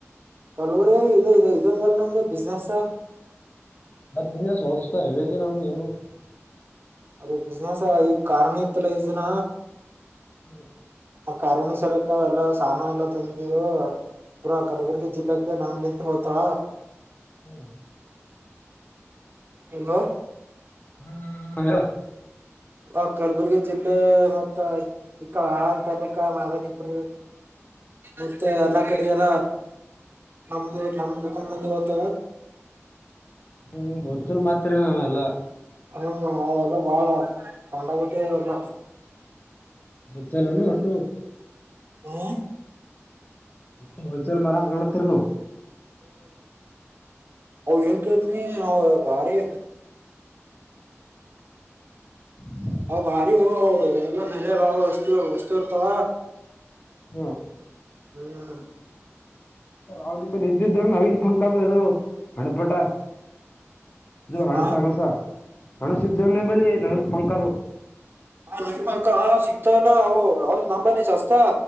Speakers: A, on the right (about 45°); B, on the left (about 40°).
A: ಕೆಲವರಿ ಇ ಇದು ಇದದಲ್ಲ ನಮ್ದ ಬಿಸ್ನೆೆಸ್
B: ಅದಯ ಸೋಸ್ತಾ ಹೇಳಿದ್ದಿ ನಮಗೆ ಏನು
A: ಅದ ಬಿಸ್ನೆಸ್ ಈಗ ಕಾರಣ ಇತ್ತಲ್ಲ ಈ ದಿನ
B: ಹ್ಮ
A: ಆ ಕಾರರಣ ಸಲಕ ಎಲ್ಲ ಸಾಮಾನ ಎಲ್ಲ ತಂದವು ಪೂರ ಕಲಬುರಗಿ ಜಿಲ್ಲಾಕ್ಕೆ ನಾಮಲ್ಲಿ ಅಂತ ಹೋತಾ
B: ಹ್ಮ
A: ಹಲೋ
B: ಹ್ಮ್
A: ಆ ಕಲಬುರ್ಗಿ ಜಿಲ್ಲೆ ಮತ್ತ ಈ ಆಳನ್ ತಾಲೂಕ ಮಾದಾನಿಪುರ ಮತ್ತೆ ಎಲ್ಲ ಕಡೆಯಾರ ನದು ನಮ್ಮ ದಕಾನದಂದ ಹತ
B: ಹ್ಮ ಹೊರ್ಚಲ್ ಮಾಡ್ತರವ ನಾವ್ ಎಲ್ಲಾ
A: ಹ್ಮ್ ಅವೆಲ್ಲ ಬಾಳ ತೊಂಡಬಟ್ಟಿಲ್ಲ
B: ಮತ್ತಲ್ಲನು ಒಟ್ಟು
A: ಹ್ಮ
B: ಅತ್ತ ಹೋಲ್ಸೇಲ್ ಮರ ಕಾಣಾುತ್ತನ
A: ಅವ ಏನ್ ಕತ ಭಾರಿ
B: ಹ
A: ಹ ಭಾರಿ ಎಲ್ಲ ಎಲ್ಲೆ ಬಾಾವ ವಸ್ತು ವಸ್ತು ಇರ್ತಾವ
B: ಹ್ಮ್
A: ಹ್ಮ
B: ಅವ್ ನಿ್ದ ಇದ್ದಿದ್ದ ನವೀನ್ ಪಂಕ್ದ ಇದು ಹಣಪಟ ಇದು ಹಣಸ
A: ಹ
B: ಹಣಸ ಹಣಸ ಇದ್ದವನ್ನೇ ಬಲಿ ನವಿಲ್ ಪಂಕದು
A: ಹಾ ನಿಪಕ ಹ ಶಕ್ತಲ್ಲ ಹ ಹದು ನಂಬಲಿಸ್ಸ್ತ